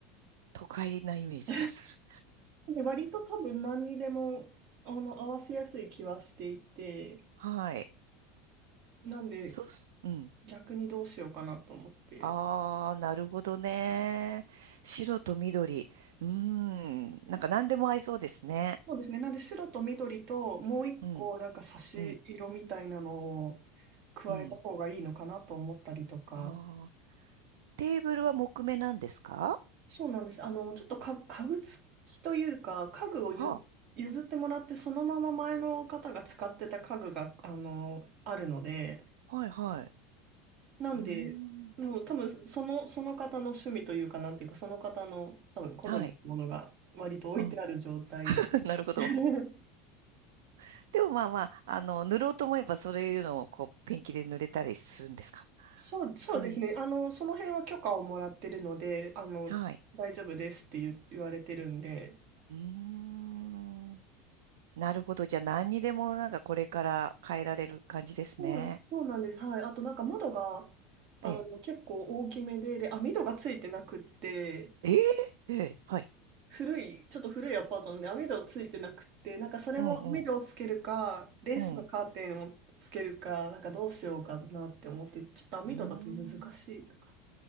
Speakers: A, on the right (about 70°); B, on the right (about 55°).
A: 都会なイメージがする。
B: <laughs> で割と多分何にでも、あの、合わせやすい気はしていて、
A: はい。
B: なんで
A: そうす、うん。
B: 逆にどうしようかなと思って。
A: ああ、なるほどね。白と緑。うーん。なんか何でも合いそうですね。
B: そうですね。なんで白と緑ともう一個なんか差し色みたいなのを
A: うん、うん、
B: 加えた方がいいのかなと思ったりとか。
A: うん。ああ、テーブルは木目なんですか
B: そうなんです。あの、ちょっとか家具付きというか、家具を譲、
A: は
B: 譲ってもらって、そのまま前の方が使ってた家具が、あの、あるので、
A: あ、はい、はい。
B: なんで、
A: うーん。
B: もう多分その、その方の趣味というか、なんていうか、その方の多分好みのものが割と置いてある状態で。
A: はい。うん。<laughs> なるほど。
B: <laughs>
A: <laughs> でもまあまあ、あの、塗ろうと思えばそういうのをこう、ペンキで塗れたりするんですか
B: そう、そうですね。
A: そういう。
B: あの、その辺は許可をもらってるので、あの、
A: はい。
B: 大丈夫ですって言言われてるんで。
A: うーん。なるほど。じゃあ何にでもなんかこれから変えられる感じですね。
B: そう、そうなんです。はい。あとなんか窓が、あの、
A: ええ。
B: 結構大きめで、で、網戸がついてなくって、
A: ええ。ええ。はい。
B: 古い、ちょっと古いアパートなんで網戸ついてなくって、なんかそれも網戸をつけるか、
A: うんうん。
B: レースのカーテンをつけるか、
A: うん。
B: なんかどうしようかなって思って、ちょっと網戸だと難しいとか。
A: うーん。